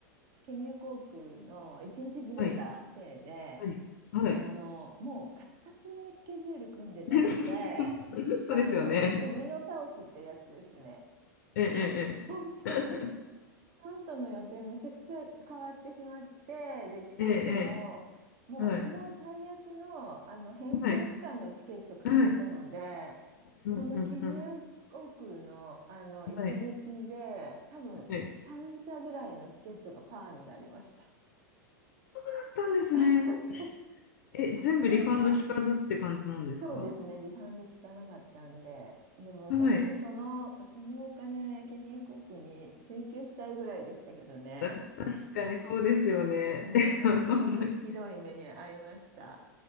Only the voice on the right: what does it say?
ケニア航空の一日ずれたせいで、
あの、
もうカツカツにスケジュール組んでたので、
あの、ド、ドミノ倒しってやつですね。
<laughs> 本当に、
カントの予定めちゃくちゃ変わってしまって、で、チケットも、
もう一番最安の、
あの、返金不可のチケット買ってたので、
そのケニア航空の、あの、一撃で、
多分3社ぐらいのチケットがパーになりました。
<laughs> そう、
なんか、そうですね、リファウンド効かなかったんで、でも本当にその、
そのお金、ケニア国に請求したいぐらいでしたけどね、
うんうんもう本当にひどい目に遭いました。